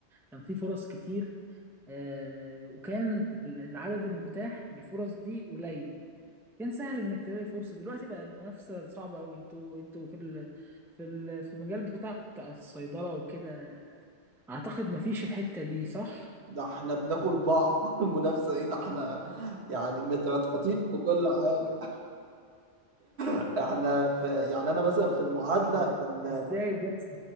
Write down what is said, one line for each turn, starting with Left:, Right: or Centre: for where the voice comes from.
Centre: كان في فرص كتير آه، وكان ال- العدد المتاح للفرص دي قليل كان سهل إنك تلاقي فرصة دلوقتي بقى المنافسة صعبة أوي أنتوا أنتوا في ال في ال في المجال بتاعكم بتاع الصيدلة وكده أعتقد مفيش الحتة دي صح؟
Right: ده احنا بناكل بعض <laughs> المنافسة ايه ده احنا يعني مترطرطين في كل حاجة احنا في يعني انا مثلا في المعادله
Centre: آه،
Right: في ال-
Centre: إزاي بس؟